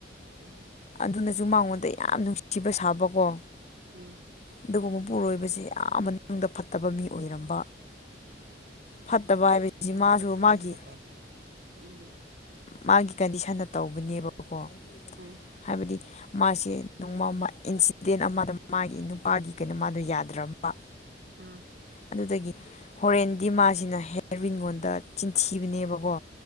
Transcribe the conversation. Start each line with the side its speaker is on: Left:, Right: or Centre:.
Right: ꯎꯝ
Left: ꯑꯗꯨꯅꯁꯨ ꯃꯉꯣꯟꯗ ꯌꯥꯝ ꯅꯨꯡꯁꯤꯕ ꯁꯥꯕꯀꯣ
Right: ꯎꯝ
Left: ꯑꯗꯨꯒ ꯃꯄꯨꯔꯣꯏꯕꯁꯦ ꯌꯥꯝ ꯃꯅꯨꯡꯗ ꯐꯠꯇꯕ ꯃꯤ ꯑꯣꯏꯔꯝꯕ ꯐꯠꯇꯕ ꯍꯥꯏꯕꯁꯤ
Right: ꯑꯣ
Left: ꯃꯥꯁꯨ
Right: ꯕꯇꯔ ꯁꯤꯟꯅꯩꯔꯣ
Left: ꯃꯥꯒꯤ
Right: <unintelligible> ꯎꯝ
Left: ꯃꯥꯒꯤ ꯀꯟꯗꯤꯁꯟꯅ ꯇꯧꯕꯅꯦꯕꯀꯣ
Right: ꯎꯝ
Left: ꯍꯥꯏꯕꯗꯤ ꯃꯥꯁꯦ ꯅꯣꯡꯃꯃꯥ ꯏꯟꯁꯤꯗꯦꯟ ꯑꯃꯗ ꯃꯥꯒꯤ ꯅꯨꯄꯥꯒꯤ ꯀꯩꯅꯣ ꯃꯥꯗꯣ ꯌꯥꯗ꯭ꯔꯕ
Right: ꯎꯝ
Left: ꯑꯗꯨꯗꯒꯤ ꯍꯣꯔꯦꯟꯗꯤ ꯃꯥꯁꯤꯅ ꯍꯦꯔꯋꯤꯟꯉꯣꯟꯗ ꯆꯤꯟꯊꯤꯕꯅꯦꯕꯀꯣ